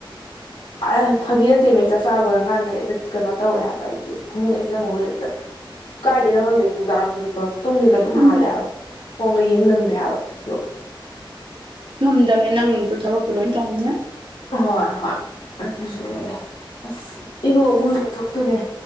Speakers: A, on the left (about 75°); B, on the right (about 70°).
A: ꯑꯥꯏ ꯐꯥꯒꯤ ꯅꯠꯇꯦꯃꯤ ꯆꯥꯛꯆꯥ ꯂꯣꯏꯔꯀꯥꯟꯗ ꯍꯦꯛꯇ ꯀꯩꯅꯣ ꯇꯧꯋꯦ ꯍꯥꯏꯕ ꯑꯩꯗꯤ ꯐꯃꯨꯡ ꯍꯦꯛ ꯆꯪꯉꯨꯨꯕꯗ ꯍꯦꯛꯇ ꯀꯥꯏꯗꯩꯅꯣ ꯈꯪꯗꯦ ꯅꯨꯡꯗꯥꯡꯖꯨꯕꯤꯀꯣ ꯇꯨꯡꯒꯤꯕꯅ ꯑꯗꯨꯝ
B: ꯎꯝ
A: ꯍꯥꯜꯂꯦ ꯍꯥꯏꯕ ꯐꯣꯟꯒ ꯌꯦꯡ ꯅꯪꯗꯦ ꯍꯥꯏꯕ ꯀꯩꯁꯨ
B: ꯉꯝꯗꯕꯅꯦ ꯅꯪꯅꯁꯨ ꯊꯕꯛꯇꯣ ꯂꯣꯏ ꯇꯧꯕꯅꯤꯅ
A: ꯑꯍꯣꯏ ꯍꯣꯏ ꯑꯗꯨꯁꯨ ꯑꯣꯏꯔꯦ ꯑꯁ ꯏꯔꯨ ꯑꯃꯨꯛ ꯂꯨꯖꯊꯣꯛꯇꯣꯏꯅꯦ